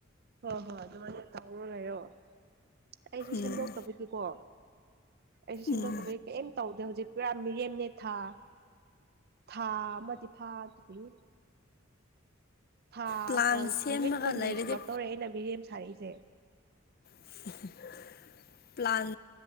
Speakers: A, on the right; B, on the left.
A: ꯍꯣꯏ ꯍꯣꯏ ꯑꯗꯨꯃꯥꯏꯅ ꯇꯧꯔꯣ ꯂꯩꯔꯣ ꯑꯩꯁꯨ
B: ꯎꯝ
A: ꯁꯦꯝꯗꯣꯛꯇꯕꯒꯤꯀꯣ ꯑꯩꯁꯨ ꯁꯦꯝꯗꯣꯛꯇꯕꯒꯤ
B: ꯎꯝ
A: ꯀꯩꯝ ꯇꯧꯗꯦ ꯍꯧꯖꯤꯛ ꯄꯨꯔꯥ ꯃꯤꯔꯦꯝꯅꯦ ꯊꯥ ꯊꯥ ꯑꯃꯗꯤ ꯐꯥꯗ꯭ꯔꯤ ꯊꯥ
B: ꯄ꯭ꯂꯥꯟ ꯁꯦꯝꯃꯒ
A: ꯅꯨꯃꯤꯠ ꯀꯨꯟꯅꯤ
B: ꯂꯩꯔꯗꯤ
A: ꯁꯨꯔꯛꯇ ꯇꯧꯔꯛꯦ ꯑꯩꯅ ꯕꯤꯔꯦꯝ ꯁꯥꯔꯛꯏꯁꯦ
B: <inaudible> ꯄ꯭ꯂꯥꯟ